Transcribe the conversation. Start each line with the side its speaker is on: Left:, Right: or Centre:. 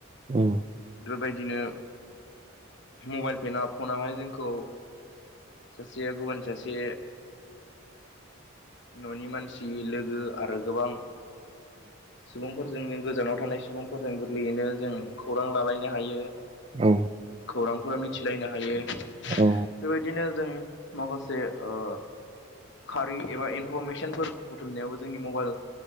Right: उम
Left: बेफोरबायदिनो मबाइल फेना फनाहाय जोंखौ सासेया गुबुन सासे न'नि मानसि लोगो आरो गोबां सुबुंफोरजों जों गोजानाव थानाय सुबुंफोरजों गोरलैयैनो जों खौरां लालायनो हायो
Right: औ
Left: खौरांफोर मिथिलायनो हायो।
Right: औ
Left: बेबायदिनो जों माखासे ओ खारि एबा इनफरमेसनफोर बुथुमनायाव जोंनि मबाइल